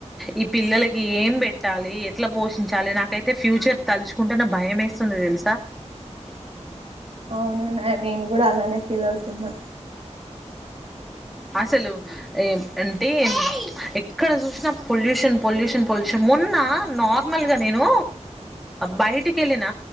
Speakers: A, in the centre; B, on the right (about 55°).
A: ఈ పిల్లలకి ఏం పెట్ట ట్టాలి ఎట్లా పోషించాలి నాకైతే ఫ్యూచర్ తలుచుకుంటేనే భయం వేస్తుంది తెలుసా
B: అవును నేను కూడా అలానే ఫీల్ అవుతున్నా
A: అ అసలు ఏం అంటే ఎ ఎక్కడ చూసినా పొల్యూషన్ పొల్యూషన్ పొల్యూషన్. మొన్న నార్మల్గా నేను బయటికి వెళ్ళిన